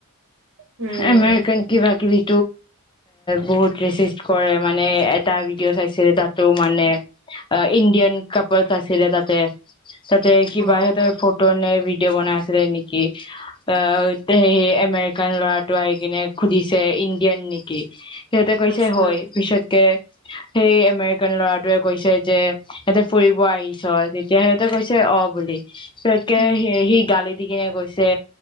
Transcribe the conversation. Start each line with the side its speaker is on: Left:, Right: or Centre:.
Right: উম,
Left: আ মে কনকি বাকী বি বহুত কৰে মানে এটা ভিডিঅ' চাইছিলে তাতো মানে ইণ্ডিয়ান কাপল আছিলে তাতে তাতে কিবা
Right: অ,
Left: সিহতে <unintelligible> বনাই। নেকি আহ স সেই আমেৰিকান ল'ৰাটো আহি কিনে সুধিছে ইণ্ডিয়ান নেকি সিহঁতে কৈছে
Right: আচ্ছা।
Left: হয় পিছতকে সেই আমেৰিকান ল'ৰাটোৱে কৈছে যে ইিহঁতে ফুৰিব আহিছ? তেতিয়া সিহঁতে কৈছে অ', বুলি। তাকে
Right: উম,
Left: সি গালিত এ গৈছে